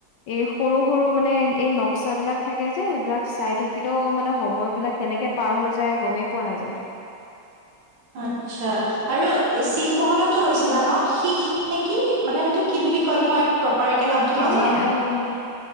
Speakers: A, on the left; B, on the right.
A: এই সৰু সৰু মানে এই নক্সা বিলাক থাকে যে। এইহেইবিলাক চাই থাকিলেও মানে সময় বিলাক কেনেকে পাৰ হৈ যায়, গমেই পোৱা নাযায়।
B: আচ্ছা, আৰু শিখ মহলতো গৈছিলা ন। শিষ নেকি মানে সেইটো কি বুলি কয় মই। প্ৰপাৰকে নামটো নাজানো
A: এনেই অ'